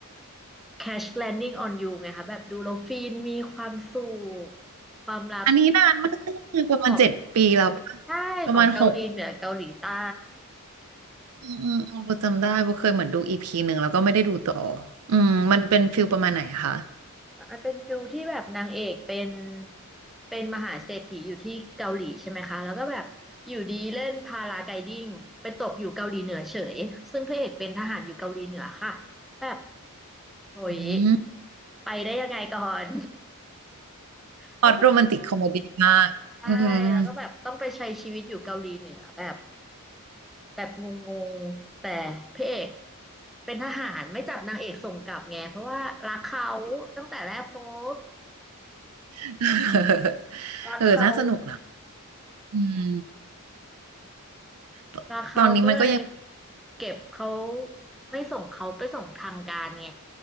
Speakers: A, in the centre; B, on the right.
A: Crash Landing on You ไงคะแบบดูแล้วฟินมีความสุขความรัก
B: อันนี้นานมากประมาณเจ็ดปีแล้วปะ
A: ของ ใช่ของเกาหลีเหนือเกาหลีใต้
B: ประมาณหกอืมอืมอืมโบจำได้โบเคยเหมือนดูอีพีหนึ่งแล้วก็ไม่ได้ดูต่ออืมมันเป็นฟิลประมาณไหนคะ
A: มันเป็นฟิลที่แบบนางเอกเป็นเป็นมหาเศรษฐีอยู่ที่เกาหลีใช่ไหมคะแล้วก็แบบอยู่ดีเล่นพาราไกลดิ้งไปตกอยู่เกาหลีเหนือเฉยซึ่งพระเอกเป็นทหารอยู่เกาหลีเหนือค่ะแบบโหย
B: อืม
A: ไปได้ยังไงก่อน <laughs>
B: พล็อตโรแมนติกคอมเมดี้มากอืม
A: แล้วก็ไปอยู่ใช่แล้วก็แบบต้องไปใช้ชีวิตอยู่เกาหลีเหนือแบบ แบบงงๆแต่พระเอกเป็นทหารไม่จับนางเอกส่งกลับไงเพราะว่ารักเขาตั้งแต่แรกพบ
B: <laughs>
A: รักเขา
B: เออน่าสนุกนะอืมตตอนนี้มันก็ยัง
A: รักเขาก็เลยเก็บเขาไม่ส่งเขาไปส่งทางการไง